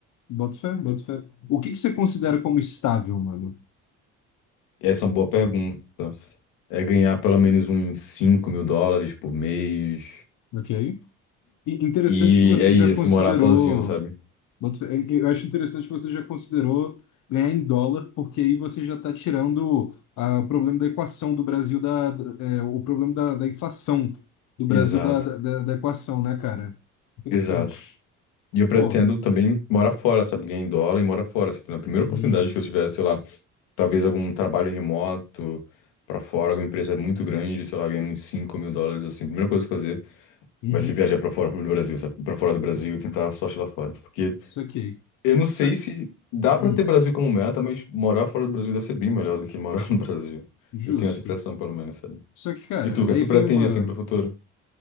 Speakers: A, on the left; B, on the left.
A: Boto fé, boto fé. O que que você considera como estável, mano?
B: Essa é uma boa pergunta. É ganhar pelo menos uns 5 mil dólares por mês.
A: Ok? E Interessante
B: E
A: que você
B: é isso,
A: já considerou.
B: morar sozinho, sabe?
A: Boto fé. Eu eu acho interessante que você já considerou ganhar em dólar, porque aí você já está tirando ah, o problema da equação do Brasil, da, da- é, o problema da, da inflação do
B: Exato,
A: Brasil da, da, da- da equação, né, cara? Interessante.
B: exato. E eu pretendo
A: Pô,
B: também morar fora, sabe? Ganhar em dólar e morar fora. Sabe? Na primeira oportunidade
A: hum,
B: que eu tiver, sei lá, talvez algum trabalho remoto pra fora, alguma empresa muito grande, sei lá, ganhando uns 5 mil dólares, assim. A primeira coisa que eu fazer
A: uhum,
B: vai ser viajar pra fora do Brasil, sabe? Pra fora do Brasil e tentar a sorte lá fora. Porque
A: isso aqui.
B: eu não sei
A: Isso,
B: se dá pra
A: hum,
B: ter Brasil como meta, mas morar fora do Brasil deve ser bem melhor do que morar <laughs> no Brasil.
A: justo.
B: Eu tenho essa impressão, pelo menos, sabe?
A: Só que, cara,
B: E tu, o que
A: aí
B: é que tu
A: vem
B: pretende,
A: uma.
B: assim, pro futuro?